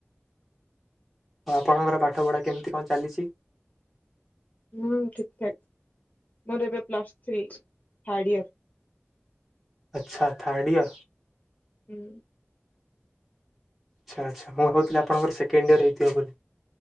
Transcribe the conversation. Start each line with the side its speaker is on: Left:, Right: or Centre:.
Centre: ଆଉ ଆପଣଙ୍କର ପାଠ ପଢା କେମିତି କଣ ଚାଲିଛି?
Left: ହୁଁ ଠିକ ଠାକ୍ ମୋର ଏବେ ପ୍ଲସ୍ ଥ୍ରୀ ଥାର୍ଡ ଇୟର।
Centre: ଆଚ୍ଛା ଥାର୍ଡ଼ ଇୟର।
Left: ହୁଁ।
Centre: ଆଚ୍ଛା ଆଚ୍ଛା ମୁଁ ଭାବୁଥିଲି ଆପଣଙ୍କର ସେକେଣ୍ଡ ଇୟର ହେଇଥିବ ବୋଲି।